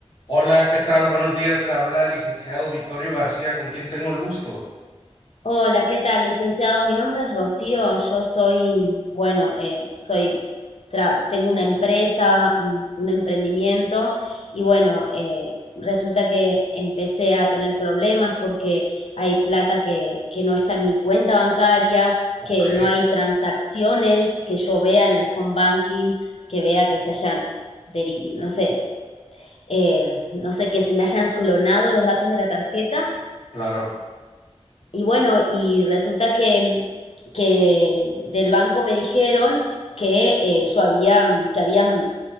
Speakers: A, on the left; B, on the left.
A: Hola, ¿qué tal? Buenos días. Habla el licenciado Vittorio García, con quien tengo el gusto.
B: Hola, ¿qué tal, licenciado? Mi nombre es Rocío, yo soy, bueno, eh, soy, tra- tengo una empresa, un, un emprendimiento y bueno, eh, resulta que empecé a tener problemas porque hay plata que, que no está en mi cuenta bancaria,
A: Ok,
B: que no hay transacciones que yo vea en el home banking, que vea que se hayan, deri- no sé, eh, no sé, que se me hayan clonado los datos de la tarjeta.
A: claro,
B: Y bueno, y resulta que, que del banco me dijeron que eh, yo había, que habían